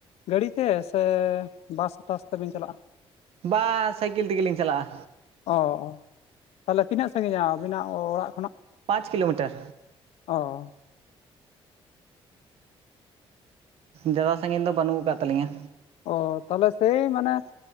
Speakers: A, on the left (about 85°); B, on the right (about 70°).
A: ᱜᱟᱹᱲᱤ ᱛᱮ ᱥᱮ ᱵᱟᱥ ᱴᱟᱥ ᱛᱮᱵᱤᱱ ᱪᱟᱞᱟᱜᱼᱟ
B: ᱵᱟ ᱥᱟᱭᱠᱮᱞ ᱛᱮᱜᱮ ᱞᱤᱧ ᱪᱟᱞᱟᱜᱼᱟ
A: ᱚ ᱛᱟᱦᱚᱞᱮ ᱛᱤᱱᱟᱹᱜ ᱥᱟᱺᱜᱤᱧᱟ ᱟᱵᱤᱱᱟᱜ ᱚᱲᱟᱜ ᱠᱷᱚᱱᱟᱜ
B: ᱯᱟᱸᱪ ᱠᱤᱞᱳᱢᱤᱴᱟᱨ
A: ᱚ
B: ᱡᱟᱫᱟ ᱥᱟᱺᱜᱤᱧ ᱫᱚ ᱵᱟᱹᱱᱩᱜ ᱟᱠᱟ ᱛᱟᱞᱤᱧᱟᱹ
A: ᱚ ᱛᱟᱦᱚᱞᱮ ᱥᱮᱭ ᱢᱟᱱᱮ